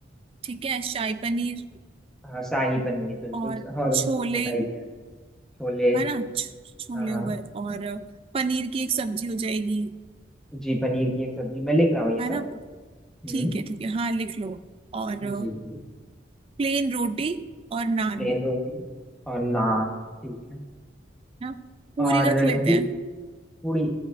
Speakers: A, on the right; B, in the centre.
A: ठीक है शाही पनीर
B: हाँ शाही पनीर बिल्कुल
A: और
B: और
A: छोले
B: होता ही क्या है, छोले
A: है ना छ- छोले
B: हाँ हाँ
A: हो गए और पनीर की एक सब्जी हो जाएगी
B: जी पनीर की एक सब्जी मैं लिख रहा हूँ ये
A: है
B: सब
A: ना
B: हम्म
A: ठीक है ठीक है हाँ लिख लो और
B: जी जी
A: प्लेन रोटी और नान
B: प्लेन
A: है
B: रोटी और नान ठीक है
A: ना पूरी
B: और
A: रख लेते
B: ये
A: हैं
B: पूड़ी